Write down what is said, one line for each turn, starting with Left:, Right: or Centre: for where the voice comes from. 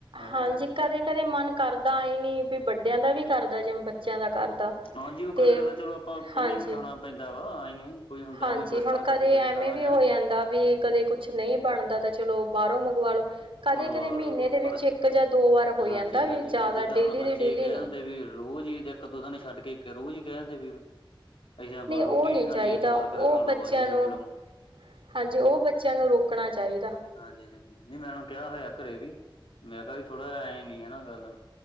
Left: ਇਹ
Right: ਹਾਂਜੀ,
Left: ਦਿਨਾਂ ਚ
Right: ਕਦੇ-ਕਦੇ ਮਨ ਕਰਦਾ ਏ ਨੀ ਵੱਡਿਆਂ
Left: ਹੂੰ
Right: ਦਾ ਵੀ ਕਰਦਾ ਜ ਬੱਚਿਆਂ ਦਾ ਕਰਦਾ।
Left: ਹਾਂਜੀ ਓ ਕਦੇ-ਕਦੇ
Right: ਤੇ
Left: ਚਲੋ ਆਪਾਂ ਕਹਿੰਦੇ
Right: ਹਾਂਜੀ।
Left: ਵੀ ਖਾਣਾ ਪੈਂਦਾ ਆਏ ਨੀ। ਕੋਈ ਹੁੰਦਾ
Right: ਹਾਂਜੀ
Left: ਵੀ ਨੀ ਕੁਛ
Right: ਹੁਣ
Left: ਖਾ
Right: ਕਦੇ ਐਵੇਂ
Left: ਖਾ ਲਾਂਗੇ
Right: ਵੀ
Left: ਹਨਾ
Right: ਹੋ ਜਾਂਦਾ ਵੀ ਕਦੇ ਕੁਛ। ਨਈਂ ਬਣਦਾ ਤੇ ਚਲੋ ਬਾਰੋ ਮੰਗਵਾ ਲੋ। ਕਦੇ-ਕਦੇ
Left: ਮੰਗਵਾ
Right: ਮਹੀਨੇ
Left: ਲੋ
Right: ਦੇ ਵਿੱਚ
Left: ਪਰ,
Right: ਇੱਕ ਜਾਂ ਦੋ ਵਾਰ ਹੋ
Left: ਹਾਂਜੀ-ਹਾਂਜੀ
Right: ਜਾਂਦਾ ਵੀ ਜ਼ਿਆਦਾ
Left: ਪਰ ਜਿੱਦਾਂ
Right: ਡੇਲੀ
Left: ਹੁਣ ਬੱਚੇ
Right: ਦੀ ਡੇਲੀ
Left: ਕਹਿ
Right: ਨਹੀਂ।
Left: ਦਿੰਦੇ ਵੀ ਰੋਜ਼ ਈ ਦੇਖ। ਇੱਕ-ਦੋਂ ਦਿਨ ਛੱਡ ਕੇ ਇੱਕ ਰੋਜ਼ ਈ ਕੈਂਦੇ ਫਿਰ। ਅਸੀਂ ਤਾਂ
Right: ਨਹੀਂ
Left: ਰੋਟੀ
Right: ਉਹ ਨਹੀਂ
Left: ਨੀ ਖਣੀ
Right: ਚਾਹੀਦਾ
Left: ਅੱਜ ਬਰਗਰ
Right: ਉਹ
Left: ਖਾ ਲਓ
Right: ਬੱਚਿਆਂ
Left: ਅੱਜ ਨੂਡਲਜ਼
Right: ਨੂੰ ਹਾਂਜੀ, ਓਹ ਬੱਚਿਆਂ ਨੂੰ ਰੋਕਣਾ ਚਾਈਦਾ।
Left: ਹਾਂਜੀ-ਹਾਂਜੀ, ਨਈ ਮੈਂ ਓਨ੍ਹਾ ਨੂੰ ਕਿਹਾ ਹੋਇਆ ਘਰੇ ਵੀ, ਮੇਰਾ ਵੀ ਥੋੜ੍ਹਾ ਏ ਨੀ ਇਹ ਗੱਲ।